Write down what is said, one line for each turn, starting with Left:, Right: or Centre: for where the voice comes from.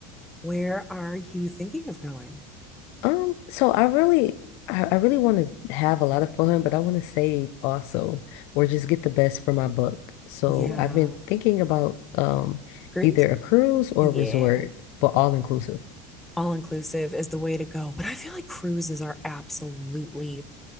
Centre: Where are you thinking of going?
Left: Um, so I really, I, I really want to have a lot of fun, but I want to save also, or just get the best for my buck. So
Centre: Yeah.
Left: I've been thinking about um
Centre: Cruise?
Left: either a cruise or
Centre: Yeah.
Left: a resort, but all inclusive.
Centre: All inclusive is the way to go. But I feel like cruises are absolutely,